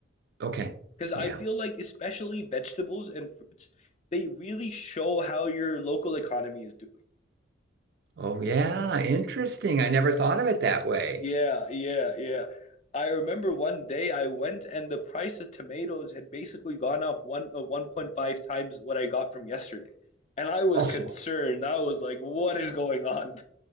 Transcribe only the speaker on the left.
Because I
feel like, especially vegetables and fruits, they really show how your local economy is doing.
Yeah, yeah, yeah. I remember one day I went and the price of tomatoes had basically gone off one uh, 1.5 times what I got from yesterday. And I was
concerned. I was like, what is going on?